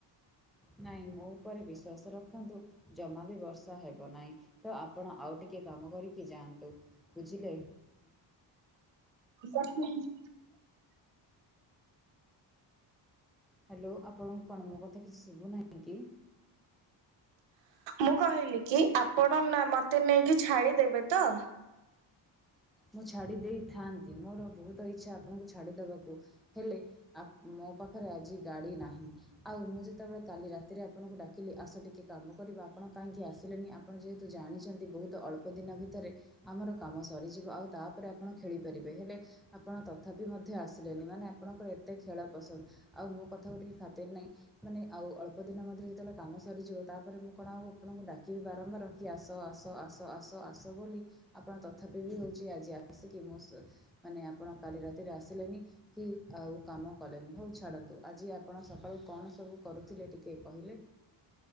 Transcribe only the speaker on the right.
<unintelligible>
ମୁଁ କହିଲି କି ଆପଣ ନା ମତେ ନେଇକି ଛାଡିଦେବେ ତ?